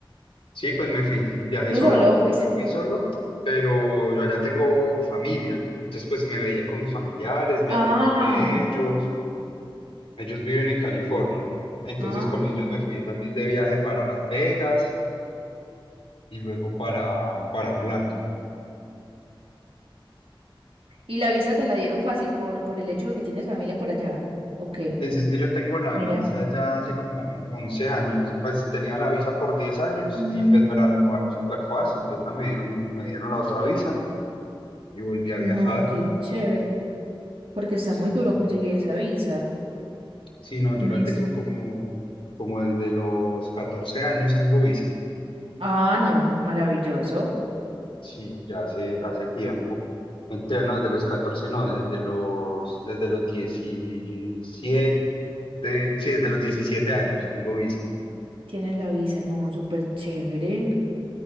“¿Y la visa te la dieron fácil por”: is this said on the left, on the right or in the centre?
Right